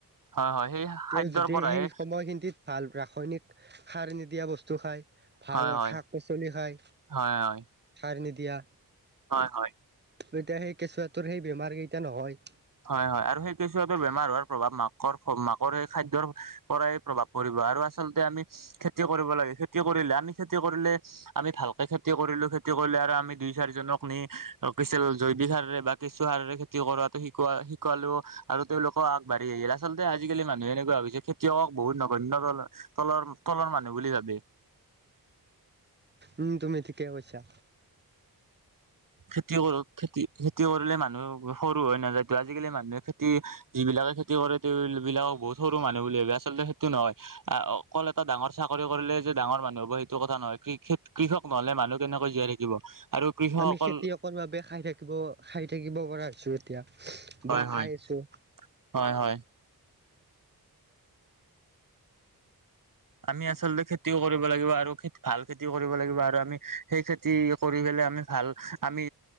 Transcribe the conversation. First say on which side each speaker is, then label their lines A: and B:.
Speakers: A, on the right; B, on the right.
A: হয় হয় সেই
B: তেওঁ
A: খাদ্যৰ
B: যদি
A: পৰাহে
B: সেই সময়খিনিত ভাল ৰাসায়নিক সাৰ নিদিয়া বস্তু খায়। ভাল
A: হয় হয়
B: শাক পাচলি খাই
A: হয় হয়
B: সাৰ নিদিয়া।
A: হয় হয়।
B: এতিয়া সেই কেঁচুৱাটোৰ সেই বেমাৰকেইটা নহয়।
A: হয় হয়, আৰু সেই কিছুুৱটোৰ বেমাৰ হোৱাৰ প্ৰভাৱ মাকৰ মাকৰ এই খাদ্যৰ পৰাই প্ৰভাৱ পৰিব আৰু আচলতে আমি খেতি কৰিব লাগে খেতি কৰিলে আমি খেতি কৰিলে আমি ভালকে খেতি কৰিলো খেতি কৰিলে আৰু আমি দুই চাৰিজনক নি কিছিল জৈৱিক সাৰৰে বা কেঁচু সাৰৰে খেতি কৰা শিকোৱা শিকালো আৰু তেওঁলোকক বাঢ়ি আহিল আচলতে আজিকালি মানুহে এনেকুৱা হৈছে খেতিয়ক বহুত ন তলৰ তলৰ মানুহ বুলি ভাবে।
B: উম তুমি ঠিকেই কৈছা।
A: খেতি কৰা খেতি খেতি কৰিলে মানুহ সৰু হৈ নাযায়টো, আজিকালি মানুহে খেতি যিবিলাকে খে তি কৰে তেওঁ বিলাকক বহুত সৰু মানুহ বুলি ভাবে আচলতে সেইটো নহয়। আহ অকল এটা ডাঙৰ চাকৰি কৰিলে যে ডাঙৰ মানুহ হব সেইটো কথা নহয়, কৃ কৃষক নহলে মানুহ কেনেকৈ জীয়াই থাকিব। আৰু কৃষকসকল
B: আমি খেতিয়কৰ বাবে খাই থাকিব খাই থাকিব পৰা হৈছো এতিয়া
A: হয়
B: বা
A: হয়
B: খাই আছো।
A: হয় হয়। আমি আচলতে খেতিও কৰিব লাগিব, আৰু খ ভাল খেতিও কৰিব লাগিব আৰু আমি সেই খে তি কৰি পেলাই আমি ভাল আমি